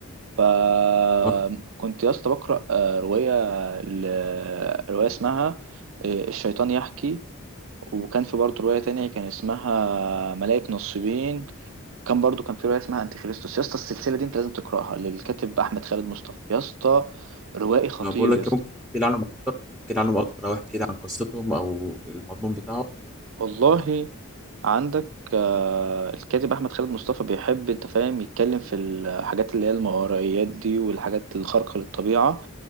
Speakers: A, on the right; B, in the centre.
A: فكنت
B: آه،
A: يا اسطى بقرأ آه، رواية ل- رواية اسمها آه، الشيطان يحكي وكان في برضه رواية تانية كان اسمها ملائكة نصيبين كان برضه كان في رواية اسمها أنتي خريستوس يا اسطى السلسلة دي أنت لازم تقرأها للكاتب أحمد خالد مصطفى يا اسطى روائي خطير
B: بقول لك
A: يا اسطى
B: ممكن تحكي لي عنهم اكتر تحكي لي عنهم اكتر او احكي لي عن قصتهم او المضمون بتاعهم
A: والله عندك آه، الكاتب احمد خالد مصطفى بيحب انت فاهم يتكلم في الحاجات اللي هي الماورائيات دي والحاجات الخارقة للطبيعة